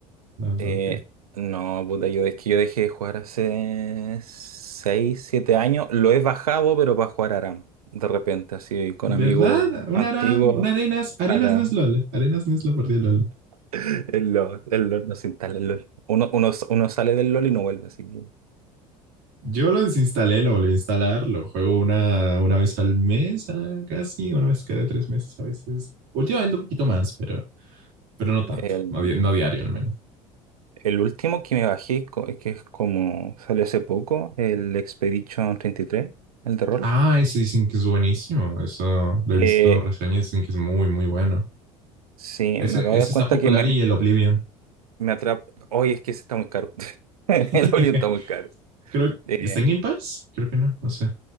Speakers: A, on the right; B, on the right.
A: No, no,
B: eh, no, puta, yo es que yo dejé de jugar hace 6, 7 años. Lo he bajado, pero para jugar Aram. De repente, así con
A: ¿Verdad?
B: amigos
A: Una,
B: antiguos.
A: una arenas. Arenas
B: Aram.
A: no es LOL. eh. Arenas no es la partida de LOL.
B: El LOL, el LOL no se instala el LOL. Uno, uno, uno sale del LOL y no vuelve, así que...
A: Yo lo desinstalé, lo volví a instalar, lo juego una, una vez al mes, ah, casi, una vez cada tres meses a veces. Últimamente un poquito más, pero, pero no tanto,
B: El,
A: no, di- no diario al menos.
B: el último que me bajé, co- que es como salió hace poco, el Expedition 33, el de rol.
A: Ah, ese dicen que es buenísimo, eso lo
B: Eh,
A: he visto reseñas, dicen que es muy, muy bueno.
B: Sí,
A: Ese,
B: me acabo
A: ese
B: de dar
A: está
B: cuenta
A: popular
B: que me,
A: y el Oblivion.
B: me atrapa. Hoy es que ese está muy caro. <laughs> El
A: <laughs>
B: Orion está muy caro.
A: Creo,
B: Eh,
A: ¿está en Game Pass? Creo que no, no sé,